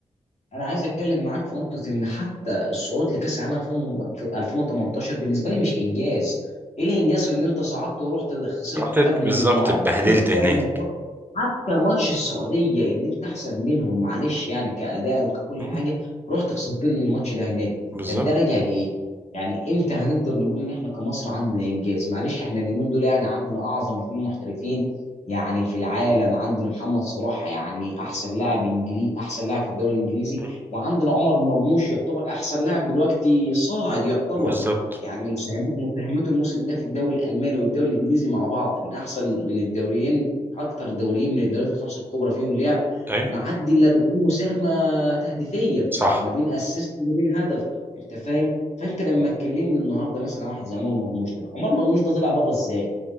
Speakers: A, on the left (about 60°); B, on the right (about 15°).
A: انا عايز اتكلم معاك في نقطه ان حتى الصعود لكاس العالم 2000 في 2018 بالنسبه لي مش انجاز ايه الانجاز في ان انت صعدت ورحت خسرت
B: رحت ات-
A: ثلاث
B: بالظبط
A: مجموعات
B: اتبهدلت
A: خسرت
B: هناك
A: ثلاث ماتشات حتى ماتش السعوديه اللي انت احسن منهم معلش يعني كاداء وككل
B: مم.
A: حاجه رحت خسرت لي الماتش ده هناك
B: بالظبط
A: طب ده راجع لايه يعني امتى هنقدر نقول ان احنا كمصر عندنا انجاز معلش احنا اليومين دول يعني عندنا اعظم اثنين محترفين يعني في العالم عندنا محمد صلاح يعني احسن لاعب انجليزي احسن لاعب في الدوري الانجليزي
B: مم.
A: وعندنا عمر مرموش يعتبر احسن لاعب دلوقتي صاعد يعتبر
B: بالظبط
A: يعني مساهمات- مساهمته الموسم ده في الدوري الالماني والدوري الانجليزي مع بعض من احسن من الدوريين اكتر دوريين من الدوريات الخمسه الكبرى فيهم لعب
B: ايوه
A: معدي ال 40 مساهمه تهديفيه
B: صح
A: ما بين اسيست وما بين هدف انت فاهم فانت لما تكلمني النهارده مثلا عن واحد زي عمر مرموش ده عمر مرموش ده طلع بره ازاي